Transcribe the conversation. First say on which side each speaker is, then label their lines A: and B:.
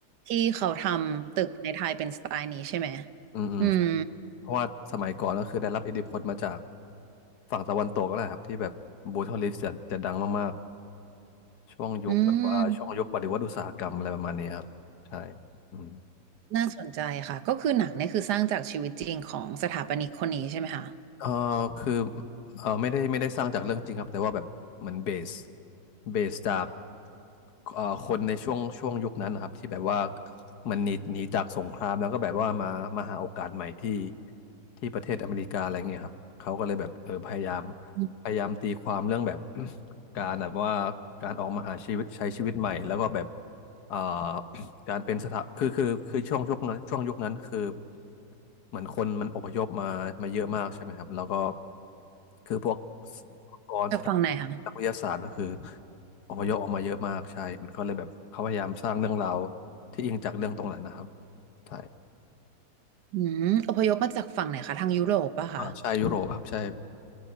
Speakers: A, on the right; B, on the left.
A: ที่เขาทำตึกในไทยเป็นสไตล์นี้ใช่ไหม
B: อืมอืมใช่
A: อืม
B: เพราะว่าสมัยก่อนก็คือได้รับอิทธิพลมาจากฝั่งตะวันตกก็แหละครับที่แบบบูทอลลิสจะจะดังมากๆช่วงยุคแบบว่าช่วงยุคปฏิวัติอุตสาหกรรมอะไรประมาณนี้ครับใช่
A: อืม
B: อืม
A: น่าสนใจค่ะก็คือหนังเนี่ยคือสร้างจากชีวิตจริงของสถาปนิกคนนี้ใช่ไหมคะ
B: เออคือเออไม่ได้ไม่ได้สร้างจากเรื่องจริงครับแต่ว่าแบบเหมือนเบสเบสจากเอ่อคนในช่วงช่วงยุคนั้นนะครับที่แบบว่าเหมันหนีหนีจากสงครามแล้วก็แบบว่ามามาหาโอกาสใหม่ที่ที่ประเทศอเมริกาอะไรเงี้ยครับเขาก็เลยแบบเออพยายาม
A: อืม
B: พยายามตีความเรื่องแบบ <clears throat> การแบบว่าการออกมาหาชีวิตใช้ชีวิตใหม่แล้วก็แบบเอ่อ การเป็นสถาคือคือคือช่วงช่วงนั้นช่วงยุคนั้นคือเหมือนคนมันอพยพมามาเยอะมากใช่ไหมครับแล้วก็คือพวกอุปกรณ์สถาบันนักวิทยาศาสตร์ก็คือ
A: จากฝั่งไหนคะ
B: อพยพออกมาเยอะมากใช่มันก็เลยแบบเขาพยายามสร้างเรื่องราวที่อิงจากเรื่องตรงนั้นนะครับใช่
A: อืมอพยพมาจากฝั่งไหนคะทางยุโรปป่ะคะ
B: อ่าใช่ยุโรปครับใช่